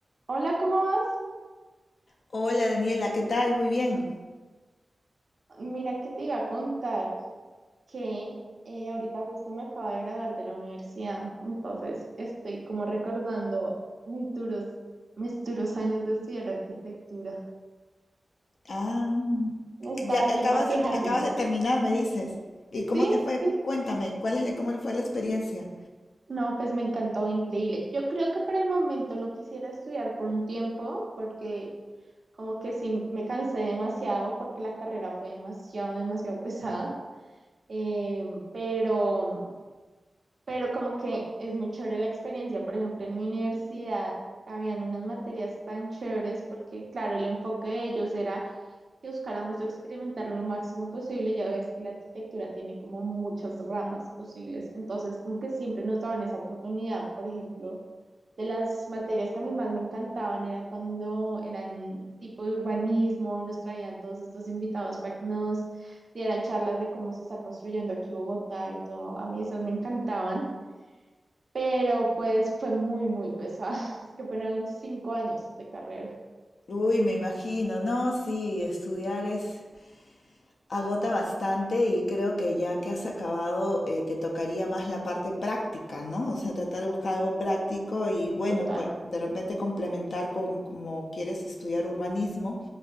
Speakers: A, on the right; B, on the left.
A: Hola, ¿cómo vas?
B: Hola Daniela, ¿qué tal? Muy bien.
A: Mira que te iba a contar que eh, ahorita justo me acabo de graduar de la universidad, entonces estoy como recordando mis duros, mis duros años de estudiar arquitectura.
B: Ah,
A: ¿Estaba
B: ya
A: alguien
B: acabas
A: para quejarme?
B: de, acabas de terminar, me dices. ¿Y cómo
A: Sí,
B: te fue?
A: sí.
B: Cuéntame, ¿cuál es la- cómo fue la experiencia?
A: No, pues me encantó, increíble. Yo creo que por el momento no quisiera estudiar por un tiempo porque como que sí me cansé demasiado porque la carrera fue demasiado, demasiado pesada, eh, pero... pero como que es muy chévere la experiencia. Por ejemplo, en mi universidad habían unas materias tan chéveres porque, claro, el enfoque de ellos era que buscáramos experimentar lo máximo posible. Ya ves que la arquitectura tiene como muchas ramas posibles, entonces como que siempre nos daban esa oportunidad. Por ejemplo, de las materias que a mí más me encantaban era cuando eran tipo de urbanismo, nos traían todos estos invitados para que nos dieran charlas de cómo se está construyendo aquí Bogotá y todo. A mí esas me encantaban pero pues fue muy, muy pesada. <laughs> Es que fueron cinco años de carrera
B: Uy, me imagino, no, sí, estudiar es, Agota bastante y creo que ya que has acabado, eh, te tocaría más la parte práctica, ¿no? O sea, tratar de buscar algo práctico y bueno,
A: total.
B: pa- de repente complementar con como quieres estudiar urbanismo,